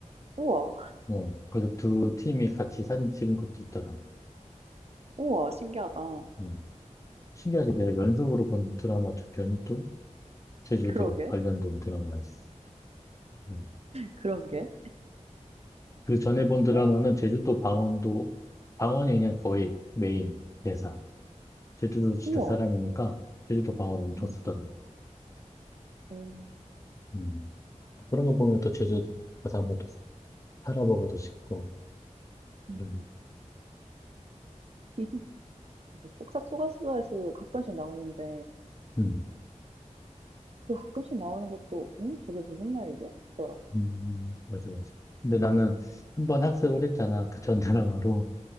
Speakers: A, on the right; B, on the left.
A: 우와.
B: 어, 그래서 두 팀이 같이 사진 찍은 것도 있더라고.
A: 우와 신기하다.
B: 음. 신기하지? 내가
A: 음.
B: 연속으로 본 드라마 두 편이 또 제주도
A: 그러게.
B: 관련된 드라마였어. 음.
A: 그러게.
B: 그 전에
A: 어
B: 본 드라마는
A: 응,
B: 제주도 방언도, 방언이 그냥 거의
A: 응.
B: 메인 대사. 제주도 진짜
A: 우와.
B: 사람이니까 제주도 방언 엄청
A: 응,
B: 쓰더라고.
A: 응. 오,
B: 음. 그런 거 보면 또 제주도
A: 음.
B: 가서 한번 또 살아보고도 싶고
A: 음음.
B: 그런.
A: <laughs> 맞아. 폭삭소가수다에서도 가끔씩 나오는데
B: 음.
A: 그 가끔씩 나오는 것도 '음? 저게 무슨 말이지?' 싶더라.
B: 음. 음. 맞아 맞아. 근데 나는 한번 학습을 했잖아 그 전드라마로